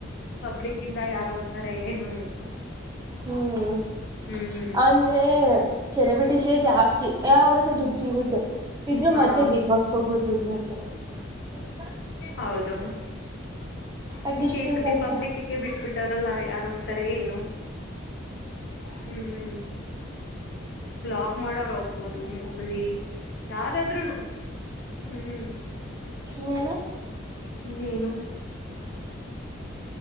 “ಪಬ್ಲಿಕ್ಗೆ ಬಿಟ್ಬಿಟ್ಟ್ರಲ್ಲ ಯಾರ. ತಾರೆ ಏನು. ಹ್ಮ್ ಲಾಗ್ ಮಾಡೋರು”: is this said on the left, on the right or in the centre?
Left